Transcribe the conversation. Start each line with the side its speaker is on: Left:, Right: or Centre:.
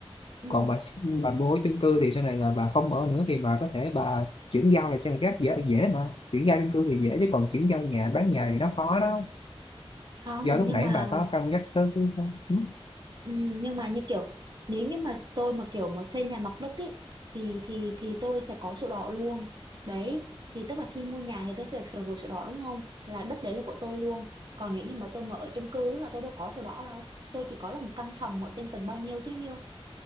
Right: ừ
Left: còn bà bà bố chung cư thì sau này là bà không ở nữa thì bà có thể bà chuyển giao là cho người khác dễ dễ mà chuyển giao chung cư thì dễ chứ còn chuyển giao nhà bán nhà thì nó khó đó
Right: không
Left: do lúc
Right: nhưng
Left: nãy
Right: mà
Left: bà có cân nhắc tới cái con ừ.
Right: ừ, nhưng mà như kiểu nếu như mà tôi mà kiểu mà xây nhà mặt đất ý thì thì thì tôi sẽ có sổ đỏ luôn đấy thì tức là khi mua nhà thì tôi sẽ được sở hữu sổ đỏ đúng không là đất đấy là của tôi luôn còn nếu như mà tôi mà ở chung cư là tôi đâu có sổ đỏ đâu tôi chỉ có là một căn phòng ở trên tầng bao nhiêu chứ nhiêu